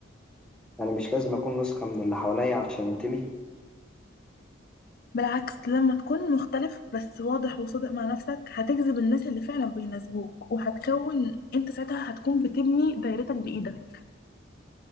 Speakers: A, in the centre; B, on the left.
A: أنا مش لازم أكون نسخة من اللي حواليا عشان أنتمي
B: بالعكس لما تكون مختلف بس واضح وصادق مع نفسك هتجذب الناس اللي فعلا بيناسبوك وهتكون انت ساعتها هتكون بتبني دايرتك بإيدك